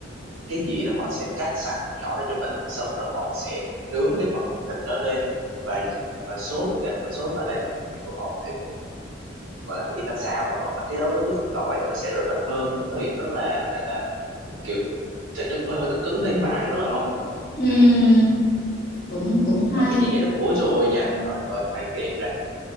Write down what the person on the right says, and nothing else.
cái dĩa đó họ sẽ cắt sẵn nhỏ ra cho mình xong rồi họ sẽ nướng cái phần thịt đó lên và và sốt cái không phải sốt mà là kiểu họ sẽ gọi là cái gì ta xào á, hoặc là cái đó với cái phần tỏi nó sẽ rất là thơm rất là hiện rất là, là là kiểu thịt nó cũng hơi hơi cứng cứng tí nhưng mà ăn rất là ngon
ừ.
mà cái dĩa nó cũng ối rồi nha trời ơi hãy đem ra